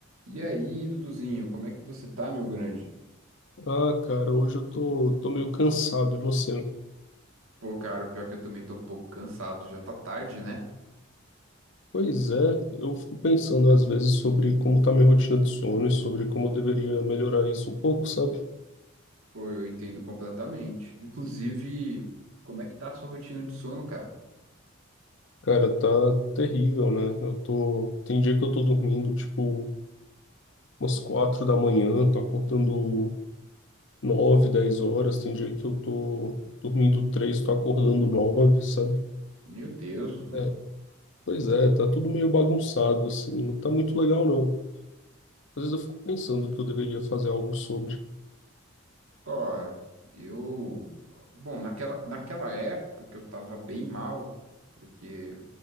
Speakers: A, on the right (about 75°); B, on the left (about 60°).
A: E aí, Duduzinho, como é que você tá, meu grande?
B: Ah, cara, hoje eu tô, tô meio cansado, e você?
A: Pô, cara, o pior é que eu também tô um pouco cansado, já tá tarde, né?
B: Pois é, eu fico pensando às vezes sobre como tá minha rotina de sono e sobre como eu deveria melhorar isso um pouco, sabe?
A: Pô, eu entendo completamente. Inclusive, como é que tá a sua rotina de sono, cara?
B: Cara, tá terrível, né? Eu tô, tem dia que eu tô dormindo tipo umas quatro da manhã, tô acordando nove, dez horas, tem dia que eu tô dormindo três, tô acordando nove, sabe?
A: Meu Deus, Dudu.
B: É, pois é, tá tudo meio bagunçado assim, não tá muito legal não. Às vezes eu fico pensando que eu deveria fazer algo sobre.
A: Ó, eu. Bom, naquela, naquela época que eu tava bem mal, porque